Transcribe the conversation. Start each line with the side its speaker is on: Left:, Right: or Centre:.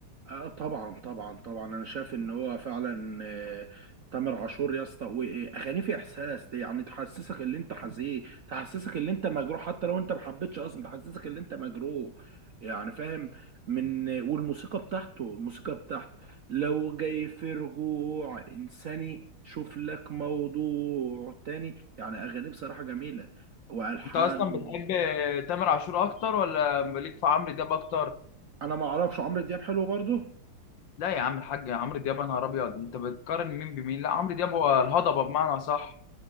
Right: آه طبعا طبعا طبعا انا شايف ان هو فعلا آه، تامر عاشور يا اسطى واغانيه في احساس دي يعني تحسسك ان انت حزين تحسسك ان انت مجروح حتى لو انت ما حبيتش اصلا تحسسك ان انت مجروح يعني فاهم من والموسيقى بتاعته الموسيقى بتاعته لو جاي في رجوع انساني شوف لك موضوع تاني يعني اغانيه بصراحة جميلة والحان
Left: انت اصلا
Right: و...
Left: بتحب تامر عاشور اكتر ولا ليك في عمرو دياب اكتر
Right: انا ما اعرفش عمرو دياب حلو برضه
Left: لا يا عم الحاج عمرو دياب يا نهار ابيض انت بتقارن مين بمين لا عمرو دياب هو الهضبه بمعنى صح